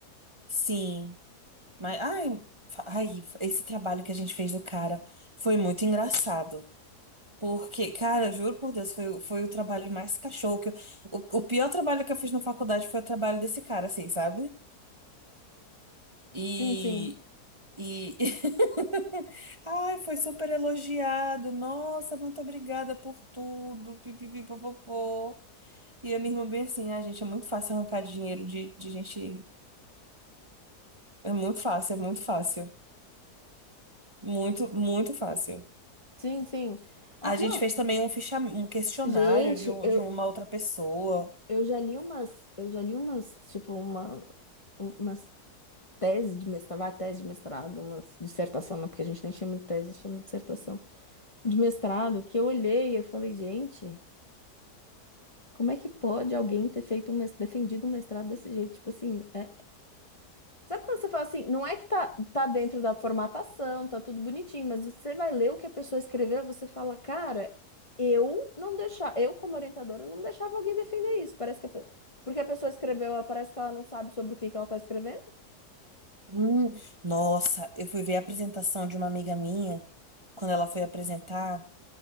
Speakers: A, on the right; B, on the left.
A: sim, mas, ai, fa- ai, esse trabalho que a gente fez do cara foi muito engraçado. Porque, cara, eu juro por Deus, foi, o- foi o trabalho mais cachorro que eu, o, o pior trabalho que eu fiz na faculdade foi o trabalho desse cara, assim, sabe? E
B: Sim, sim.
A: E <laughs> ai, foi super elogiado. Nossa, muito obrigada por tudo. Pipipipopopô. E a minha irmã bem assim, ah, gente, é muito fácil arrancar dinheiro de, de gente. É muito fácil, é muito fácil. Muito, muito fácil.
B: Sim, sim. Ah,
A: A gente
B: não.
A: fez também um ficha... um questionário
B: Gente,
A: de, um-
B: eu,
A: de uma outra pessoa.
B: eu já li umas, eu já li umas, tipo, uma, umas tese de mestrado, vai, tese de mestrado, uma dissertação, não, porque a gente nem chama de tese, chama de dissertação, de mestrado, que eu olhei e eu falei, gente, como é que pode alguém ter feito um, mes- defendido um mestrado desse jeito? Tipo assim, é... Sabe quando você fala assim, não é que tá, tá dentro da formatação, tá tudo bonitinho, mas você vai ler o que a pessoa escreveu, você fala, cara, eu não deixava, eu como orientadora eu não deixava alguém defender isso, parece que a pe- porque a pessoa escreveu, ela parece que ela não sabe sobre o que que ela tá escrevendo.
A: Hum, nossa, eu fui ver a apresentação de uma amiga minha quando ela foi apresentar.